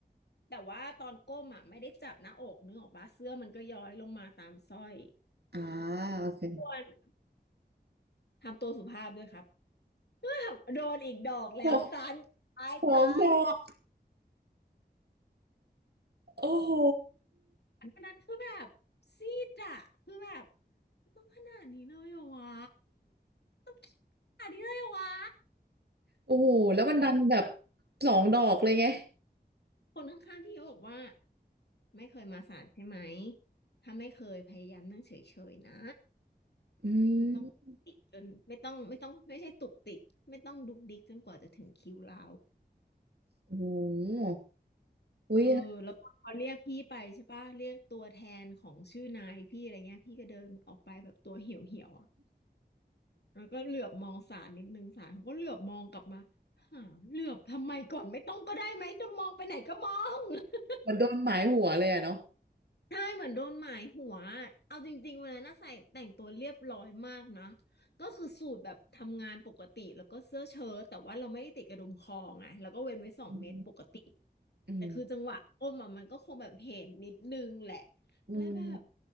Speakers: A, on the left; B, on the right.
A: แต่ว่าตอนก้มอ่ะไม่ได้จับหน้าอกนึกออกปะเสื้อมันก็ย้อยลงมาตามสร้อย
B: อ่าโอเค
A: ควรทำตัวสุภาพด้วยครับ <laughs> โดนอีกดอกแล้วตานตายตาย
B: ดอกสองดอกโอ้โห
A: วันนั้นคือแบบซีดอะคือแบบมันต้องขนาดนี้เลยเหรอวะต้องขนาดนี้เลยเหรอวะ
B: โอ้โห แล้วมันดันแบบสองดอกเลยไง
A: คนข้างๆพี่ก็บอกว่าไม่เคยมาศาลใช่ไหมถ้าไม่เคยพยายามนั่งเฉยๆนะ
B: อืม
A: ไม่ต้องติกจนไม่ต้องไม่ต้องไม่ใช่ตุกติกไม่ต้องดุกดิกจนกว่าจะถึงคิวเรา
B: โอ้โหอุ้ย
A: เออแล้วพอเขาเรียกพี่ไปใช่ปะเรียกตัวแทนของชื่อนายพี่อะไรเงี้ยพี่ก็เดินออกไปแบบตัวเหี่ยวๆอ่ะ แล้วก็เหลือบมองศาลนิดนึงศาลเขาก็เหลือบมองกลับมาหาเหลือบทำไมก่อนไม่ต้องก็ได้ไหมจะมองไปไหนก็มอง <laughs>
B: เหมือนโดนหมายหัวเลยอะเนาะ
A: ใช่เหมือนโดนหมายหัวเอาจริงๆวันนั้นน่ะใส่แต่งตัวเรียบร้อยมากนะก็คือสูทแบบทำงานปกติแล้วก็เสื้อเชิ้ตแต่ว่าเราไม่ได้ติดกระดุมคอไงแล้วก็เว้นไว้สองเมตรปกติ
B: อืม อืม
A: แต่คือจังหวะก้มอะมันก็คงแบบเห็นนิดนึงแหละ
B: อืม
A: แล้วแบบ